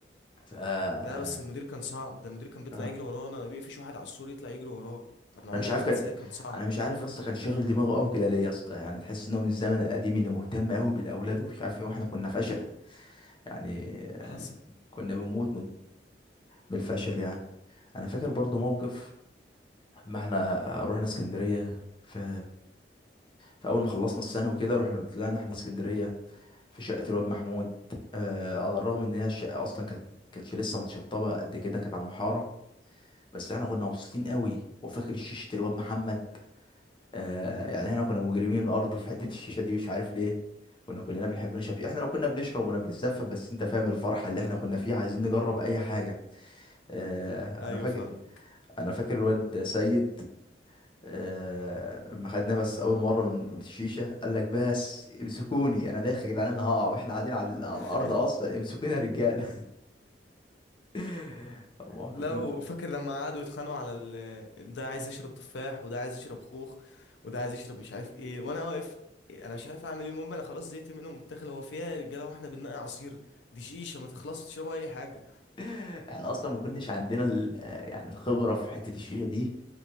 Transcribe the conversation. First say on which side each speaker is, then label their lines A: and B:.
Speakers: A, on the left; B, on the left.
A: ف يعني
B: ده بس المدير كان صعب ده المدير كان بيطلع
A: آه،
B: يجري ورانا انا بيقفش واحد على السور يطلع يجري وراه انا
A: انا
B: عمري
A: مش عارف
B: ما
A: كان
B: هنساه كان صعب
A: انا مش عارف اصلا كان شاغل دماغه قوي كده ليه يا اسطى يعني تحس ان هو من الزمن القديم اللي مهتم قوي بالاولاد ومش عارف ايه واحنا كنا فشله يعني آه،
B: حصل
A: كنا بنموت بالفشل يعني انا فاكر برضو موقف ما احنا رحنا اسكندريه في في اول ما خلصنا الثانوي كده رحنا طلعنا احنا اسكندريه في شقه الواد محمود آه على الرغم ان هي الشقه اصلا كانت كانتش لسه متشطبه قد كده كانت على المحاره بس احنا كنا مبسوطين قوي وفاكر شيشه الواد محمد آه يعني احنا كنا مجرمين الارض في حته الشيشه دي مش عارف ليه كنا كلنا بنحب نشرب فيها احنا لو كنا بنشرب ولا بنتزفت بس انت فاهم الفرحه اللي احنا كنا فيها عايزين نجرب اي حاجه آه،
B: ايوه
A: انا فاكر
B: فاهمك
A: انا فاكر الواد سيد آه، لما خد نفس اول مره من من الشيشه قال لك بس امسكوني انا داخل يا جدعان انا هقع واحنا قاعدين على, على
B: <laughs>
A: الارض اصلا امسكوني يا رجاله <laughs> المواقف
B: لو
A: دي ما بت-
B: فاكر لما قعدوا يتخانقوا على ال... ده عايز يشرب تفاح وده عايز يشرب خوخ وده عايز يشرب مش عارف ايه وانا واقف انا مش عارف اعمل ايه المهم انا خلاص زهقت منهم الداخل هو فيها يا رجاله واحنا بننقي عصير دي شيشه ما تخلصش تشربوا اي حاجه
A: <laughs> احنا اصلا ما كناش عندنا ال- يعني الخبره في حته الشيشه دي